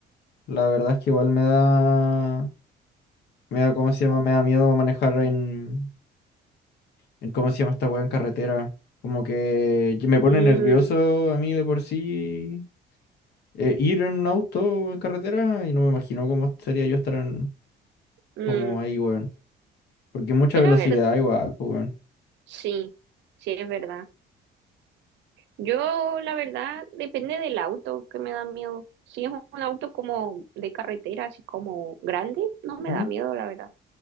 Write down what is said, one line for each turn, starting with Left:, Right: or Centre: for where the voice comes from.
Left: La verdad es que igual me da. Me da, ¿cómo se llama? Me da miedo manejar en. en ¿Cómo se llama esta weá en carretera? Como que me pone
Right: Mm,
Left: nervioso a mí de por sí eh, ir en un auto en carretera y no me imagino cómo sería yo estar en,
Right: mm.
Left: como ahí, weón. Porque mucha
Right: Yo
Left: velocidad
Right: la verdad
Left: igual, pues, weón.
Right: Sí, sí, es verdad. Yo, la verdad, depende del auto que me da miedo. Si es un auto como de carretera, así como grande, no me
Left: ¿Mm?
Right: da miedo, la verdad.